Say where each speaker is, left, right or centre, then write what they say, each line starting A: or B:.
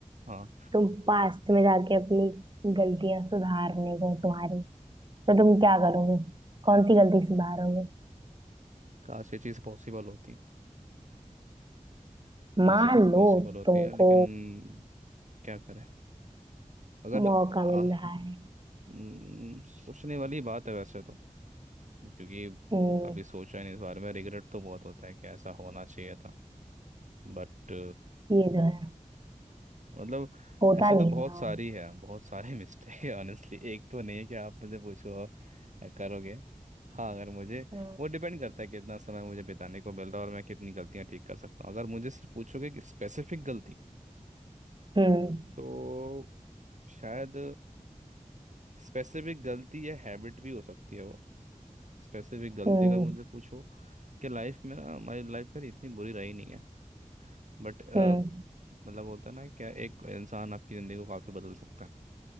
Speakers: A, on the right; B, on the right.
A: हाँ
B: तुम पास्ट में जाके अपनी गलतियां सुधारने को तुम्हारी तो तुम क्या करोगे कौन सी गलती सुधारोगे
A: काश ये चीज़ पॉसिबल होती काश
B: मान
A: ये चीज़
B: लो
A: पॉसिबल होती
B: तुमको
A: है लेकिन क्या करें अगर
B: मौका
A: आ,
B: मिल रहा है
A: हम्म, सोचने वाली बात है वैसे तो क्योंकि
B: हम्म
A: कभी सोचा ही नहीं इस बारे में रिग्रेट तो बहुत होता है कि ऐसा होना चाहिए था बट
B: ये जो है
A: मतलब
B: होता
A: ऐसे
B: नहीं
A: तो बहुत
B: है ना
A: सारी है बहुत सारे <laughs> मिस्टेक है ऑनेस्टली एक तो नहीं है कि आप मुझे पूछो और करोगे हाँ अगर मुझे
B: हम्म
A: वो डिपेंड करता है कितना समय मुझे बिताने को मिल रहा है और मैं कितनी गलतियां ठीक कर सकता हूँ अगर मुझे सिर्फ पूछोगे कि स्पेसिफिक गलती
B: हम्म
A: तो शायद स्पेसिफिक गलती या हैबिट भी हो सकती है वो स्पेसिफिक गलती
B: हम्म
A: अगर मुझे पूछो कि लाइफ में ना मेरी लाइफ मेरी इतनी बुरी रही नहीं है बट
B: हम्म,
A: मतलब बोलता है ना क्या एक इंसान आपकी ज़िंदगी को काफ़ी बदल सकता है